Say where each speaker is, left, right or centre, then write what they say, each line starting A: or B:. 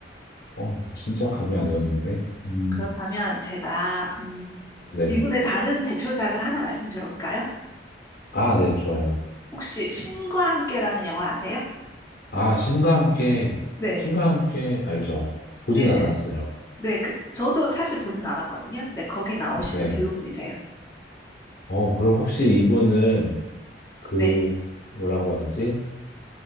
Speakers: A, on the left; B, on the left.
A: 어, 진짜 감이 안 오는데? 음,
B: 그렇다면 제가 음,
A: 네.
B: 이분의 다른 대표작을 하나 말씀드려볼까요?
A: 아, 네, 좋아요.
B: 혹시 신과 함께라는 영화 아세요?
A: 아, 신과 함께,
B: 네,
A: 신과 함께 알죠. 보진
B: 네,
A: 않았어요.
B: 네, 네. 네, 그 저도 사실 보진 않았거든요. 네, 거기 나오시는
A: 네.
B: 배우분이세요.
A: 어, 그럼 혹시 이분은 그,
B: 네.
A: 뭐라고 하지?